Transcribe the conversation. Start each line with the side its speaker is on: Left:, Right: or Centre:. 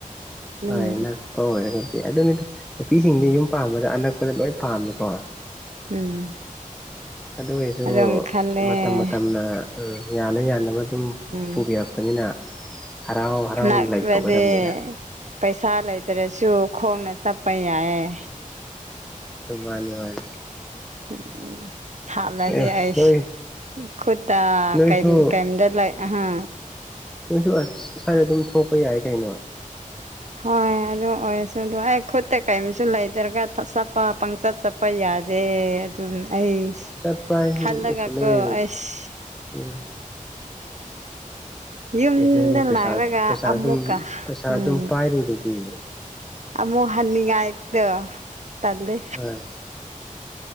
Right: ꯑꯗꯨꯝ
Centre: ꯍ ꯏꯛꯇꯣ ꯍꯒꯅꯤ ꯑꯗꯨꯅꯤ ꯅꯨꯄꯤꯁꯤꯡꯗꯤ ꯌꯨꯝ ꯄꯥꯝꯕꯗ ꯑꯅꯛꯄꯗ ꯂꯣꯏ ꯄꯥꯝꯃꯦꯀꯣ
Right: ꯎꯝ
Centre: ꯑꯗꯨ ꯑꯣꯏꯁꯨ
Right: ꯑꯗꯨꯝ ꯈꯜꯂꯦ
Centre: ꯃꯇꯝ ꯃꯇꯝꯅ ꯎꯝ ꯌꯥꯅ ꯌꯥꯅꯕ ꯑꯗꯨꯝ
Right: ꯎꯝ
Centre: ꯄꯨꯕꯤꯔꯛꯄꯅꯤꯅ ꯍꯔꯥꯎ ꯍꯔꯥꯎꯅ
Right: ꯅꯛꯔꯗꯤ
Centre: ꯂꯩꯊꯣꯛꯀꯗꯕꯅꯤꯗ
Right: ꯄꯩꯁꯥ ꯂꯩꯇ꯭ꯔꯁꯨ ꯈꯣꯡꯅ ꯆꯠꯄ ꯌꯥꯏꯑꯦ
Centre: ꯍꯣꯏ ꯃꯥꯅꯦ ꯃꯥꯅꯦ
Right: ꯎꯝ ꯊꯥꯞꯂꯗꯤ
Centre: ꯑꯦ
Right: ꯑꯩꯁ
Centre: ꯅꯣꯏ
Right: ꯈꯨꯠꯇ
Centre: ꯅꯣꯏꯁꯨ
Right: ꯀꯩꯝꯗ ꯂꯩ ꯑꯍ
Centre: ꯅꯁꯨ ꯑꯁꯋꯥꯏꯗ ꯑꯗꯨꯝ ꯊꯣꯛꯄ ꯌꯥꯏ ꯀꯩꯅꯣ
Right: ꯍꯣꯏ ꯑꯗꯨ ꯑꯣꯏꯔꯁꯨ ꯑꯗꯨ ꯑꯩ ꯈꯨꯠꯇ ꯀꯩꯝꯁꯨ ꯂꯩꯗ꯭ꯔꯒ ꯆꯠꯄ ꯄꯪꯆꯠ ꯆꯠꯄ ꯌꯥꯗꯦ ꯑꯦ ꯑꯗꯨꯝ ꯑꯩ
Centre: ꯆꯠꯄ ꯍꯥꯏꯁꯤ
Right: ꯈꯜꯂꯒꯀꯣ
Centre: ꯅꯣꯏ
Right: ꯑꯁ
Centre: ꯎꯝ
Right: ꯌꯨꯝꯗ
Centre: ꯑꯦ ꯅꯣꯏꯗꯤ ꯄꯩꯁꯥ
Right: ꯂꯥꯛꯂꯒ
Centre: ꯄꯩꯁꯥ
Right: ꯑꯃꯨꯛꯀ
Centre: ꯑꯗꯨꯝ ꯄꯩꯁꯥ
Right: ꯎꯝ
Centre: ꯑꯗꯨꯝ ꯄꯥꯏꯔꯤꯗꯨꯗꯤꯅꯦ
Right: ꯑꯃꯨꯛ ꯍꯟꯅꯤꯡꯉꯥꯏ ꯇ ꯇꯂꯦ
Centre: ꯍꯣꯏ